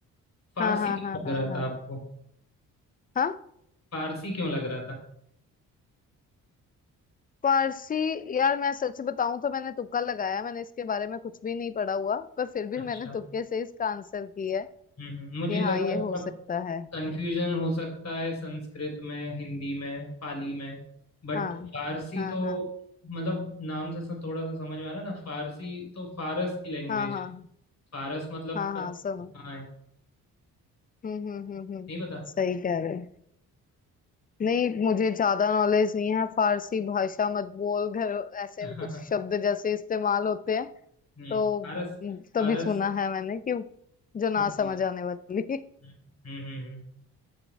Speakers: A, on the left; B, on the left.
A: फारसी
B: हाँ हाँ
A: क्यों
B: हाँ हाँ
A: लग रहा
B: हाँ
A: था आपको
B: हाँ
A: फारसी क्यों लग रहा था
B: पारसी यार मैं सच बताऊं तो मैंने तुक्का लगाया मैंने इसके बारे में कुछ भी नहीं पढ़ा हुआ पर फिर भी
A: अच्छा
B: मैंने तुक्के से इसका आंसर किया है
A: हम्म हम्म, मुझे
B: कि हाँ
A: लगा
B: ये हो
A: मतलब
B: सकता है
A: कंफ्यूजन हो सकता है संस्कृत में हिंदी में पाली में बट
B: हाँ
A: फारसी
B: हाँ
A: तो
B: हाँ
A: मतलब नाम से सा- थोड़ा सा समझ में आ रहा है ना फारसी तो फारस की लैंग्वेज
B: हाँ हाँ
A: फारस मतलब
B: हाँ
A: पता
B: हाँ समझ
A: वो कहाँ है
B: हम्म हम्म हम्म हम्म
A: नहीं पता
B: सही कह रहे हो। नहीं मुझे ज्यादा नॉलेज नहीं है फारसी भाषा मत बोल घर ऐसे
A: <laughs>
B: कुछ शब्द जैसे इस्तेमाल होते हैं
A: हम्म
B: तो
A: फारस
B: तभी
A: फारस
B: सुना है मैंने कि जो ना
A: जी
B: समझ आने वाली
A: हम्म हम्म हम्म, हम्म।